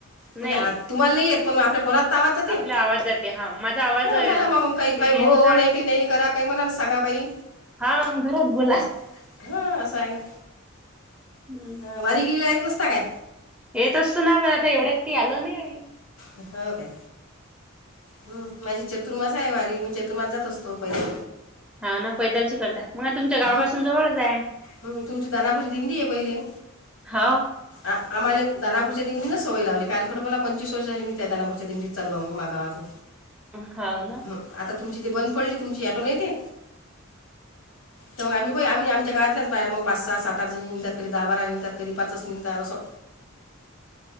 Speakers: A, on the left; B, in the centre.
A: म्हणजे
B: नाही
A: आ तुम्हाला नाही येत पण आपल्या कोनात आवाज जे
B: आपला आवाज जाते हा माझा आवाज
A: हा
B: तेला
A: झाला मग काही काही
B: येत
A: हो
B: होता
A: हो नाही
B: वाटते.
A: काही नाही करा काही मला सांगा काही
B: हा घरात बोल
A: असं हा असं आहे ना
B: हम्म.
A: ह वारी गेला य नसता काय
B: येत असतो ना पण आता एवढ्यात की आलो नाही आ
A: हो का हम माझी चतुर्मास आहे वारी मी चतुर्मास जात असतो पैसे
B: हा ना पैदल ची करता मग तुमच्या गावापासून
A: हम्
B: जवळच आहे
A: हम् तुमची दनापुज दिंडी आहे पहिले
B: हाव
A: आम्हालाानापूर दिंडीच सवय लावली काल खोपपाला पंचवीस वर्ष झाली म त्या दनापूच्या दिंडी चालू मगाातून
B: खाऊ ना
A: आता तुमची ते बंद पडले तुमची ॅटोन येते तर मग आम्ही आम्हीमच्या गातच बाया मग पाच सहा सात आठ ज निघतात कध दहा बार निघत की पाच निघतात असं
B: <unintelligible>